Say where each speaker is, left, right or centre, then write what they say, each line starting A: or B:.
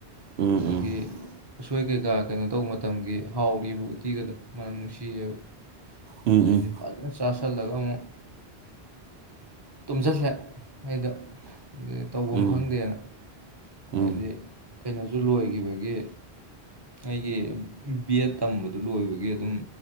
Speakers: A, on the right (about 70°); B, on the right (about 25°).
A: ꯎꯝ ꯎꯝ
B: ꯍꯥꯏꯗꯤ ꯎꯁꯣꯏ ꯀꯩꯀꯥ ꯀꯩꯅꯣ ꯇꯧꯕ ꯃꯇꯝꯒꯤ ꯍꯥꯎꯔꯤꯕ ꯎꯇꯤꯒꯗꯣ ꯃꯅꯝ ꯅꯨꯡꯁꯤꯌꯦꯕ
A: ꯎꯝ
B: ꯑꯗꯩꯗꯤ ꯐꯖꯟꯅ ꯆꯥꯁꯜ ꯁꯜꯂꯒ ꯑꯃꯨꯛ ꯇꯨꯝꯖꯜꯂꯦ ꯑꯩꯗꯣ ꯑꯗꯨꯅꯤ ꯇꯧꯕꯝ
A: ꯎꯝ
B: ꯈꯪꯗꯦꯅ ꯍꯥꯏꯗꯤ
A: ꯎꯝ
B: ꯀꯩꯅꯣꯖꯨ ꯂꯣꯏꯒꯤꯕꯒꯤ ꯑꯩꯒꯤ ꯕꯦꯠ ꯇꯝꯕꯗꯨ ꯂꯣꯏꯕ ꯒꯤ ꯑꯗꯨꯝ